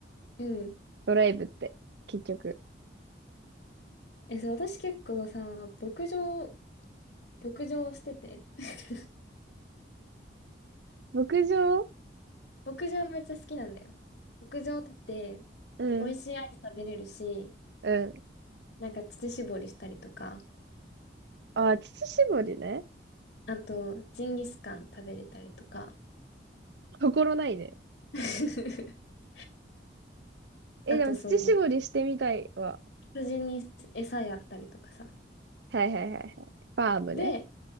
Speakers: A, on the left; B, on the right.
A: うん。
B: ドライブって、結局。
A: え、そう、私結構さ、牧場、牧場をしてて、<laughs>
B: 牧場
A: 牧場めっちゃ好きなんだよ。牧場だって
B: うん、
A: 美味しいアイス食べれるし、
B: うん。
A: なんか乳搾りしたりとか、
B: あー、乳搾りね。
A: あとジンギスカン食べれたりとか、
B: 心ないね。
A: <laughs>
B: え、
A: あとその
B: でも乳搾りしてみたいわ。
A: 羊に餌やったりとかさ。
B: はいはいはいはい。ファームね。
A: で、